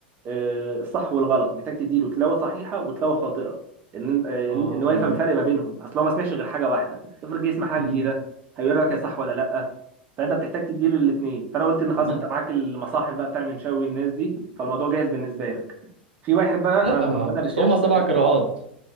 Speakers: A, on the right (about 35°); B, on the right (about 80°).
A: آه، الصح والغلط محتاج تديله تلاوه صحيحه وتلاوه خاطئه ان آه،
B: اه
A: ان إن هو يفهم الفرق ما بينهم اصل هو ما سمعش غير حاجه واحده افرض جه يسمع حاجه
B: مم.
A: جديده هيقول لك يا صح ولا لا فانت بتحتاج تديله الاثنين فانا قلت ان خلاص
B: من-
A: انت معاك المصاحف بقى بتاع المنشاوي والناس دي فالموضوع جاهز بالنسبه لك في واحد بقى
B: لا
A: آه، لما عملنا ريسيرش
B: اصل هما سبع
A: لقينا
B: قراءات